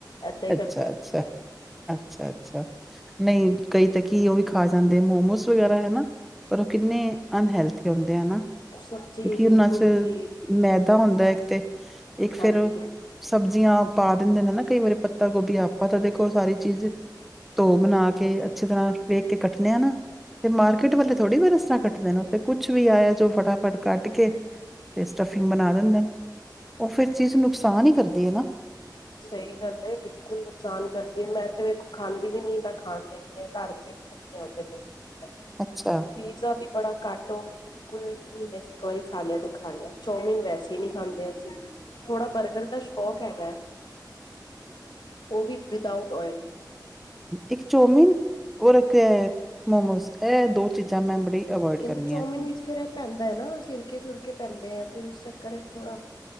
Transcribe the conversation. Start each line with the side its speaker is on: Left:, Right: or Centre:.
Left: ਏਦਾ ਹੀ ਕਰ
Centre: ਅੱਛਾ-ਅੱਛਾ, ਅੱਛਾ-ਅੱਛਾ ਨਈਂ ਕਈ ਤੇ ਕੀ ਉਹ ਵੀ ਖਾ ਜਾਂਦੇ ਮੋਮੋਸ ਵਗੈਰਾ ਹਨਾ ਪਰ ਉਹ ਕਿੰਨੇ ਅਨਹੈਲਥੀ ਹੁੰਦੇ ਹਨਾ।
Left: ਸਬਜ਼ੀ
Centre: ਕਿਉਂਕਿ
Left: ਬਿਲਕੁਲ
Centre: ਉਹਨਾਂ ਚ
Left: ਹੀ
Centre: ਮੈਦਾ ਹੁੰਦਾ ਹੈ ਇੱਕ ਤੇ ਇੱਕ
Left: ਹਾਂਜੀ
Centre: ਫੇਰ ਸਬਜ਼ੀਆਂ ਪਾ ਦਿੰਦੇ ਨੇ ਨਾ ਕਈ ਵਾਰੀ ਪੱਤਾ ਗੋਭੀ ਆਪਾਂ ਤਾਂ ਦੇਖੋ ਸਾਰੀ ਚੀਜ਼ ਧੋ ਬਣਾ ਕੇ ਅੱਛੀ ਤਰ੍ਹਾਂ ਵੇਖ ਕੇ ਕੱਟਣੇ ਆ ਨਾ ਤੇ ਮਾਰਕੀਟ ਵਾਲੇ ਥੋੜ੍ਹੀ ਬ ਇਸ ਤਰ੍ਹਾਂ ਕੱਟ ਦੇ ਨੇ ਉਹ ਤੇ ਕੁਝ ਵੀ ਆਇਆ ਜੋ ਫਟਾਫਟ ਕੱਟ ਕੇ ਤੇ ਸਟੱਫਿੰਗ ਬਣਾ ਦਿੰਦੇ ਨੇ। ਉਹ ਫਿਰ ਚੀਜ਼ ਨੁਕਸਾਨ ਹੀ ਕਰਦੀ ਹੈ ਨਾ।
Left: ਸਹੀ ਗੱਲ ਹੈ ਬਿਲਕੁਲ ਨੁਕਸਾਨ ਕਰਦੀ ਮੈਂ ਤੇ ਵੇਖੋ ਖਾਂਦੀ ਵੀ ਨੀ ਨਾ ਖਾਣ ਦੇਣੀ ਆ ਘਰ ਬਿਲਕੁਲ ਨੀ ਆਉਂਦੇ ਮੋਮੋਸ ਵਗੈਰਾ।
Centre: ਅੱਛਾ।
Left: ਪੀਜ਼ਾ ਵੀ ਬੜਾ ਘੱਟ ਉਹ ਵੀ ਬਿਲਕੁਲ ਮਹੀਨੇ ਵਿਚ ਇੱਕ ਵਾਰੀ ਖਾ ਲਿਆ ਤੇ ਖਾ ਲਿਆ ਚੌਮਿਨ ਵੈਸੇ ਹੀ ਨੀ ਖਾਂਦੇ ਅਸੀਂ। ਥੋੜਾ ਬਰਗਰ ਦਾ ਸ਼ੌਕ ਹੈਗਾ, ਉਹ ਵੀ ਵਿਦਾਉਟ ਓਇਲ।
Centre: ਇੱਕ ਚੋਮਿਨ ਔਰ ਇੱਕ ਏ ਮੋਮੋਸ ਇਹ ਦੋ ਚੀਜ਼ਾਂ ਮੈਂ ਬੜੀ ਅਵੋਇਡ
Left: ਇਹਨੂੰ
Centre: ਕਰਨੀਆਂ।
Left: ਚੌਮਿਨ ਵਿੱਚ ਫੇਰ ਇਹ ਪੈਂਦਾ ਹੈ ਨਾ, ਸਿਰਕੇ ਸੁਰਕੇ ਪੈਂਦੇ ਫਿਰ ਆ ਇਸ ਚੱਕਰ ਥੋੜ੍ਹਾ।